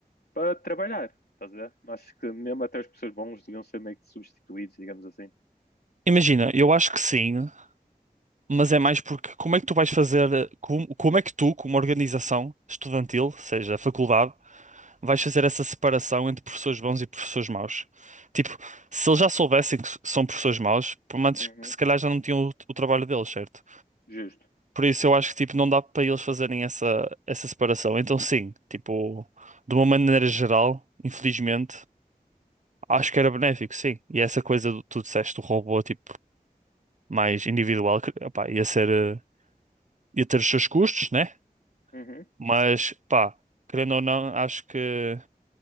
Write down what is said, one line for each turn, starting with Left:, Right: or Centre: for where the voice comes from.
Left: para trabalhar. Estás a ver? Acho que mesmo até os professores bons deviam ser meio que substituídos, digamos assim.
Right: Imagina, eu acho que sim, mas é mais porque como é que tu vais fazer, como, como é que tu, como organização estudantil, seja a faculdade, vais fazer essa separação entre professores bons e professores maus? Tipo, se eles já soubessem que são professores maus, por menos
Left: Uhum,
Right: que se calhar já não tinham o, o trabalho deles, certo?
Left: justo.
Right: Por isso eu acho que tipo não dá para eles fazerem essa essa separação. Então sim, tipo, de uma maneira geral, infelizmente, acho que era benéfico, sim. E essa coisa do tu disseste, do robô tipo mais individual, que, opá, ia ser eh, ia ter os seus custos, né?
Left: Uhum.
Right: Mas pá, querendo ou não, acho que